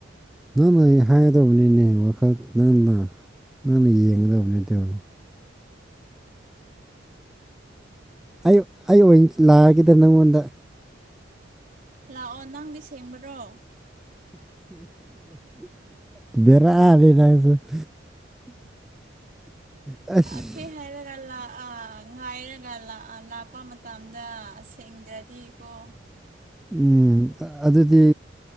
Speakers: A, in the centre; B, on the right.
A: ꯅꯪ ꯅꯪ ꯑꯩ ꯍꯥꯏꯒꯗꯕꯅꯤꯅꯦ ꯋꯥꯈꯜ ꯅꯪꯅ ꯅꯪ ꯌꯦꯡꯉꯗ ꯑꯕꯅꯦꯇꯦ ꯑꯣꯏꯔꯕ ꯑꯩ ꯑꯩ ꯑꯣꯏꯅ ꯂꯥꯛꯑꯈꯤꯗ ꯅꯪꯉꯣꯟꯗ
B: ꯂꯥꯛꯑꯣ ꯅꯪꯗꯤ ꯁꯦꯡꯕ꯭ꯔꯣ
A: ꯕꯦꯔ ꯅꯦ ꯅꯪꯁꯨ <inaudible> ꯑꯁ
B: ꯂ ꯀꯦ ꯍꯥꯏꯔꯒꯂ ꯉꯥꯏꯔꯒ ꯂꯥꯛꯄ ꯃꯇꯝꯗꯁꯦꯡꯗ꯭ꯔꯗꯤꯀꯣ
A: ꯎꯝ ꯑꯗꯨꯗꯤ